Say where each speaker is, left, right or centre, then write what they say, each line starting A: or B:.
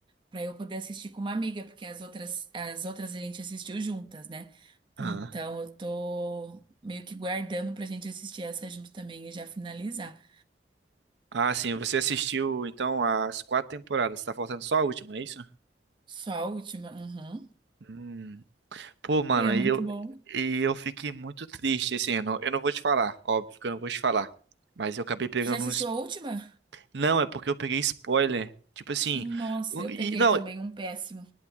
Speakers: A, on the right (about 30°); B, on the right (about 75°).
A: para eu poder assistir com uma amiga, porque as outras, as outras a gente assistiu juntas, né?
B: Aham.
A: Então eu tô meio que guardando pra gente assistir essa junto também e já finalizar.
B: Ah, sim. Você assistiu, então, as quatro temporadas. Tá faltando só a última, é isso?
A: Só a última. Uhum.
B: Hum. Pô, mano,
A: E é muito
B: e eu,
A: bom.
B: e eu fiquei muito triste, assim, eu não, eu não vou te falar, óbvio que eu não vou te falar. Mas eu acabei pegando
A: Você já assistiu
B: uns.
A: a última?
B: Não, é porque eu peguei spoiler. Tipo assim.
A: Nossa,
B: o-
A: eu
B: E,
A: peguei
B: não,
A: também um péssimo.